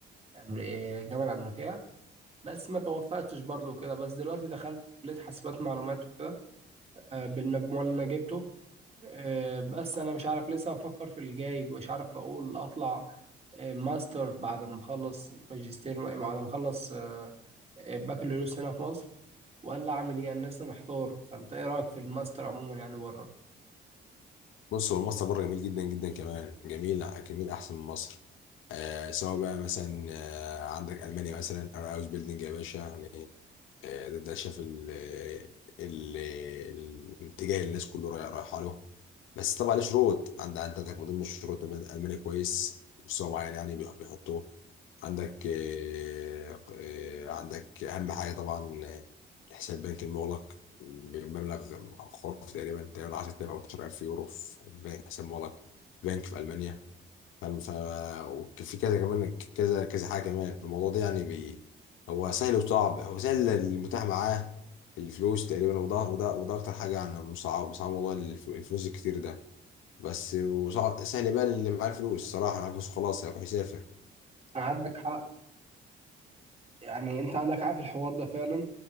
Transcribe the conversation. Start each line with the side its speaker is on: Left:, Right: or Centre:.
Right: أمر- آه، الجامعة الأمريكية بس ما توفقتش برضو كده بس دلوقتي دخلت كلية حاسبات معلومات وكده، آه، بالمجموع اللي انا جبته آه، بس انا مش عارف لسه افكر في الجاي مش عارف اقول اطلع آه، ماستر بعد ما اخلص ماجستير بعد ما اخلص آه، آه، بكالوريوس هنا في مصر ولا اعمل ايه انا لسه محتار فانت ايه رايك في الماستر عموما يعني بره
Left: بص هو مصر بره جميل جدا جدا كمان جميل جميل احسن من مصر آه سواء بقى مثلا آه عندك المانيا مثلا انا هاوس بيلدينج يا باشا يعني آه ده, ده شاف ال آه، ال الاتجاه اللي الناس كله رايح- رايحه له بس طبعا له شروط عند عندك من ضمن الشروط إن المانيا كويس مستوى معين يعني بيح- بيحطوه عندك آه، آه، عندك أهم حاجة طبعا آه، الحساب البنكي المغلق بمبلغ خرافي تقريبا تقريبا 10000 أو 12000 يورو في بنك- حساب مغلق في بنك في ألمانيا فالم- ف وفي كذا كمان كذا كذا حاجة كمان في الموضوع ده يعني بي هو سهل وصعب هو سهل اللي متاح معاه الفلوس تقريبا وده وده وده أكتر حاجة يعني مصعب مصعب موضوع الف- الفلوس الكتير ده بس وصعب سهل بقى اللي معاه الفلوس صراحة معاه الفلوس خلاص هيروح يسافر
Right: عندك حق يعني انت عندك عارف الحوار ده فعلا